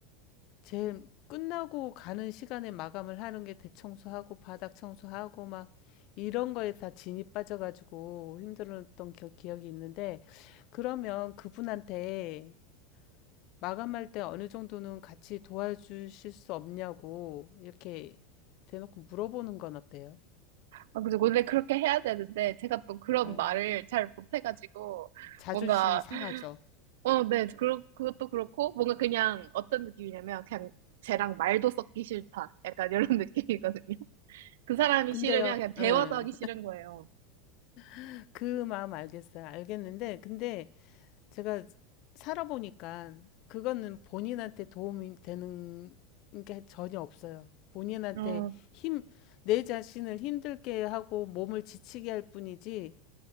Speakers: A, on the left (about 45°); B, on the right (about 75°).
A: 제일 끝나고 가는 시간에 마감을 하는 게 대청소하고 바닥 청소하고 막 이런 거에 다 진이 빠져가지고 힘들었던 기- 기억이 있는데 그러면 그분한테 마감할 때 어느 정도는 같이 도와주실 수 없냐고 이렇게 대놓고 물어보는 건 어때요?
B: 아, 그죠. 원래 그렇게 해야 되는데, 제가 또 그런
A: 에.
B: 말을 잘 못해가지고,
A: 자존심이
B: 뭔가,
A: 상하죠.
B: 어, 네, 그러, 그것도 그렇고, 뭔가 그냥 어떤 느낌이냐면, 그냥 쟤랑 말도 섞기 싫다. 약간 이런 <laughs> 느낌이거든요. 그 사람이
A: 근데요,
B: 싫으면 그냥 대화도
A: 예.
B: 하기 싫은 거예요.
A: <laughs> 그 마음 알겠어요. 알겠는데, 근데 제가 살아보니까 그거는 본인한테 도움이 되는 게 전혀 없어요. 본인한테
B: 어,
A: 힘, 내 자신을 힘들게 하고 몸을 지치게 할 뿐이지,